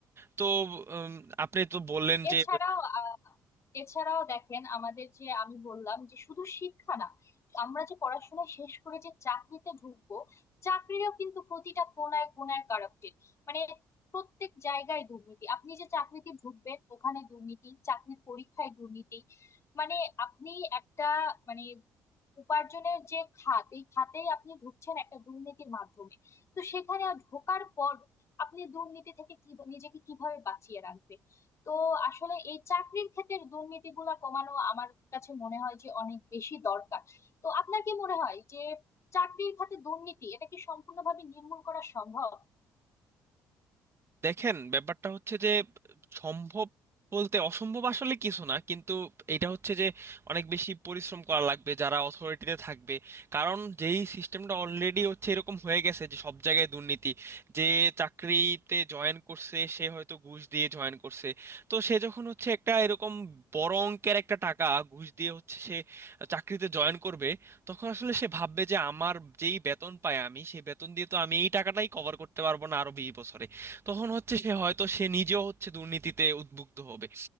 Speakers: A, on the right; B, on the left.
A: তো উম, আপনি তো বললেন যে
B: এছাড়াও আহ, এছাড়াও দেখেন আমাদের যে আমি বললাম যে শুধু শিক্ষা না আমরা যে পড়াশোনা শেষ করে যে চাকরিতে ঢুকবো চাকরিরও কিন্তু প্রতিটা কোনায় কোনায় কারাপ্টেড মানে প্রত্যেক জায়গায় দুর্নীতি আপনি যে চাকরিতে ঢুকবেন ওখানে দুর্নীতি চাকরির পরীক্ষায় দুর্নীতি মানে আপনি একটা মানে উপার্জনের যে খাত এই খাতেই আপনি ঢুকছেন একটা দুর্নীতির মাধ্যমে তো সেখানে ঢোকার পর আপনি দুর্নীতি থেকে কি নিজেকে কিভাবে বাঁচিয়ে রাখবেন তো আসলে এই চাকরির ক্ষেত্রে দুর্নীতিগুলা কমানো আমার কাছে মনে হয় যে অনেক বেশি দরকার তো আপনার কি মনে হয় যে চাকরির খাতে দুর্নীতি এটা কি সম্পূর্ণভাবে নির্মূল করা সম্ভব
A: দেখেন ব্যাপারটা হচ্ছে যে সম্ভব বলতে অসম্ভব আসলে কিছু না কিন্তু এটা হচ্ছে যে অনেক বেশি পরিশ্রম করা লাগবে যারা অথরিটিতে থাকবে কারণ যেই সিস্টেমটা অলরেডি হচ্ছে এরকম হয়ে গেছে যে সব জায়গায় দুর্নীতি যে চাকরিতে জয়েন করছে সে হয়তো ঘুষ দিয়ে জয়েন করছে তো সে যখন হচ্ছে একটা এরকম বড় অঙ্কের একটা টাকা ঘুষ দিয়ে হচ্ছে সে চাকরিতে জয়েন করবে তখন আসলে সে ভাববে যে আমার যেই বেতন পাই আমি সেই বেতন দিয়ে তো আমি এই টাকাটাই কভার করতে পারবো না আরো বিশ বছরে তখন হচ্ছে সে হয়তো সে নিজেও হচ্ছে দুর্নীতিতে উদ্বুদ্ধ হবে